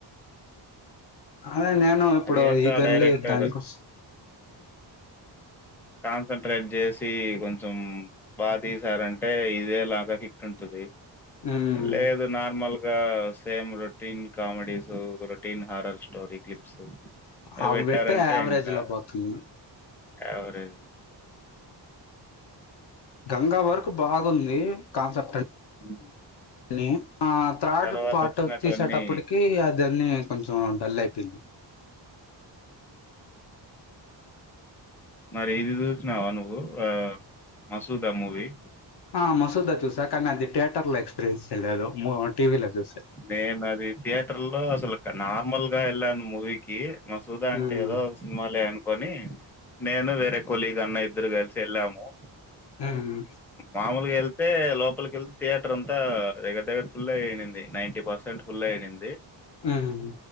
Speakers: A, on the left (about 60°); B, in the centre.
A: అదే నేను ఇప్పుడు
B: మరి ఏంటో
A: ఈగర్లి
B: ఆ డైరెక్టర్
A: దానికోసం <inaudible>
B: కాన్సట్రేట్ చేసి కొంచెం బా తీసారంటే ఇదే లాగా హిట్ ఉంటుది
A: ఉమ్
B: లేదు నార్మల్గా సేమ్ రోటీన్ కామెడీస్ తోటీన్ హారర్ స్టోర క్లిప్స్ అవి
A: అవ్
B: పెట్టారంటే
A: పెడతే యావరేజ్ల
B: ఇంకా
A: పోతుంది
B: యావరేజ్
A: గంగా వర్కు బా ఉంది కాన్సెప్ట్ అనీ
B: హ్మ్.
A: ఆ త్రాడ్
B: తర్వాతొచ్చినటువన్నీ
A: పాట్ తీసేటప్పటికి అది అనీ కొంచెం డల్ అయిపోయింది
B: మరి ఇది చూసినావా నువ్వు ఆ మసూద మూవీ
A: ఆ మసూద చూస కానీ అది థియేటర్ లో ఎక్స్పీరియన్స్ చేయలేదు టీవీలో చూస
B: నేను అది థియేటర్ లో అసలు ఇ నార్మల్ గా ఎళ్ళను మూవీకి మసూదా
A: హ్మ్
B: అంటే ఏదో ఒక సినిమాలె అ కొని నేను వేరే కొలీగ్ అన్నా ఇద్దరు కలిసి వెళ్ళాము
A: హమ్
B: మామూలుగా ఎల్ అయితే లోపలికి వెళ్తే థియేటర్ అంత దగర దగ్గర ఫుల్ అయయింది నైంటీ పర్సెంట్ ఫుల్ అయనిందీ
A: హమ్